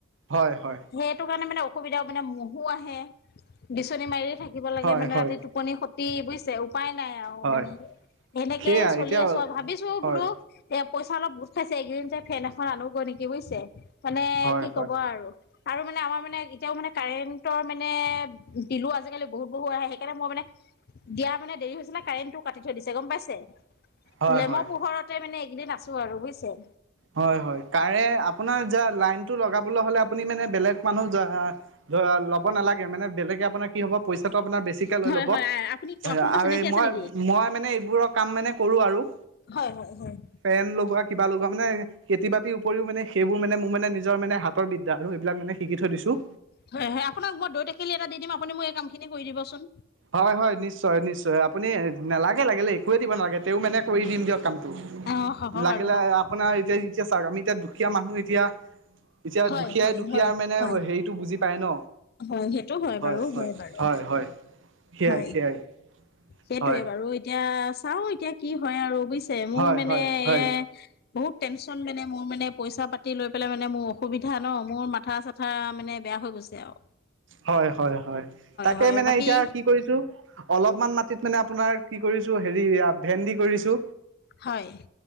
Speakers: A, on the right (about 65°); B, on the left (about 50°).
A: হয় হয়।
B: সেইটো কাৰণে মানে অসুবিধাও মানে মহো আহে, বিচনী মাৰিয়ে থাকিব লাগে
A: হয়
B: মানে
A: হয়
B: ৰাতি টু টোপনি খতি বুজিছে উপায় নাই আৰু
A: হয়
B: মানে হেনেকে
A: সেয়াই
B: চলি
A: এতিয়া হয়
B: আছো আৰু ভাবিছো বোলো এ পইচা অলপ গোট খাইছে এইকেইদিন যে ফেন এখন আনোগৈ নেকি বুজিছে মানে
A: হয় হয়
B: কি
A: হয়
B: কব আৰু। আৰু মানে আমাৰ মানে এতিয়াও মানে কাৰেণ্টৰ মানে বিলো আজিকালি বহুত বহুত আহে সেইকাৰণে মই মানে দিয়া মানে দেৰি হৈছে নে কাৰেণ্টটো কাটি থৈ দিছে গম পাইছে,
A: হয়
B: লেমৰ
A: হয়
B: পোহৰত তেই মানে এইকেইদিন আছো আৰু বুজিছে।
A: হয় হয় কাৰে আপোনাৰ যা লাইনতটো লগাবলৈ হ'লে আপ আপুনি মানে বেলেগ মানুহ যা আ ল'ব নালাগে মানে বেলেগে আপোনাৰ কি হ'ব পইচাটো আপোনাৰ বেছিকে লৈ
B: হয়
A: ল'ব হয়
B: আপুনি কোনোবা
A: আৰু
B: চিনাকি আছে
A: মই
B: নেকি
A: মই মানে এইবোৰৰ কাম মানে কৰো আৰু
B: হয় হয় হয়।
A: ফেন লগোৱা কিবা লগোৱা মানে খেতি-বাতি উপৰিও মানে সেইবোৰ মানে মোৰ মানে নিজৰ মানে হাত হাতৰ বিদ্যা আৰু এইবিলাক মানে শিকি থৈ দিছো।
B: হয় হয় আপোনাক মই দৈ তটাকেলি এটা দি দিম আপুনি মোক এই কামখিনি কৰি দিবচোন।
A: হয় হয় নিশ্চয় নিশ্চয় আপুনি নালাগে লাগিল একোৱে দিব নালাগে তে মানে কৰি দিম দিয়ক কামটো।
B: অ হ'ব
A: লাগিলে
B: বাৰু হ'ব হ'ব
A: আপোনাৰ এতিয়া এতিয়া চাওক আমি এতিয়া দুখীয়া মানুহ এতিয়া এতিয়া
B: হয়
A: দুখীয়াই
B: হয়
A: দুখীয়াৰ
B: হয়
A: মানে
B: হয়
A: হেৰিতটো বুজি পায় ন।
B: হয় সেইটো
A: হয়
B: বাৰু
A: হয়,
B: বাৰু
A: হয় হয় সেয়াই
B: হয়
A: সেয়াই।
B: সেইটোয়ে
A: হয়
B: বাৰু এতিয়া চাওঁ এতিয়া কি হয় আৰু বুজিছ মোৰ
A: হয়
B: মানে
A: হয় হয়
B: এ বহুত টেনচন মানে মোৰ মানে পইচা পাতি লৈ পেলাই মানে মোৰ অসুবিধা ন মোৰ মাথা-চাথা মানে বেয়া হৈ গৈছে আৰু।
A: হয় হয় হয় তাকে
B: হয়
A: মানে
B: বাকী
A: এতিয়া কি কৰিছো অলপমান মাটিত মানে আপোনাৰ কি কৰিছো হেৰি ভেন্দি কৰিছো
B: হয়।